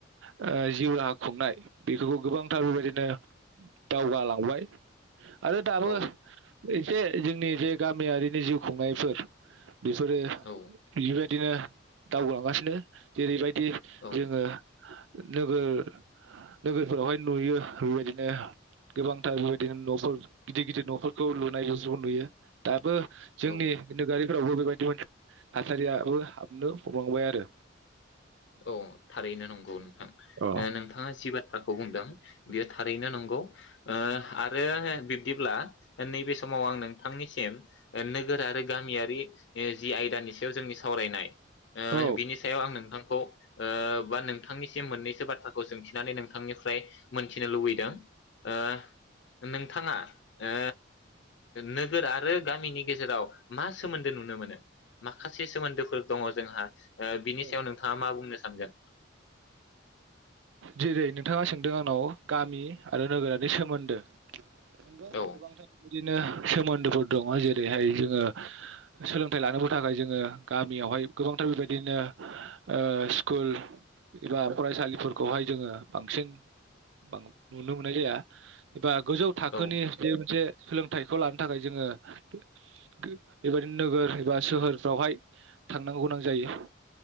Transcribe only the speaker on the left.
औ
औ
औ
औ
औ थारैनो नंगौ थां
ओ नोंथाङा जि बाथ्राखौ बुंदों बियो थारैनो नंगौ ओ आरो बिब्दिब्ला नैबे समाव आं नोंथांनिसिम नोगोर आरो गामियारि ओ जि आयदानि सायाव जोंनि सावरायनाय ओ
बिनि सायाव आं नोंथां खौ ओ बा नोंथांनिसिम मोननैसो बाथ्राखौ सोंथिनानै नोंथांनिफ्राय मोनथिनो लुबैदों ओ नों थाङा ओ नोगोर आरो गामिनि गेजेराव मा सोमोन्दो नुनो मोनो माखासे सोमोन्दोफोर दङ जोंहा ओ बिनि
सायाव नों मा बुंनो सानगोन
औ
औ